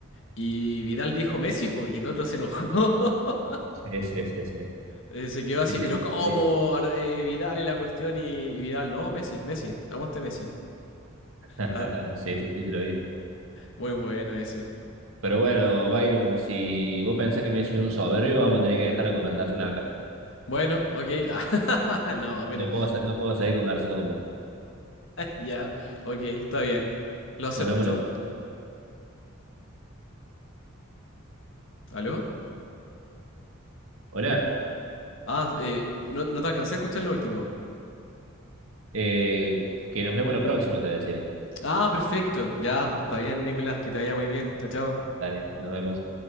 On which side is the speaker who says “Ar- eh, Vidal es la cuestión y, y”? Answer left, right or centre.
Left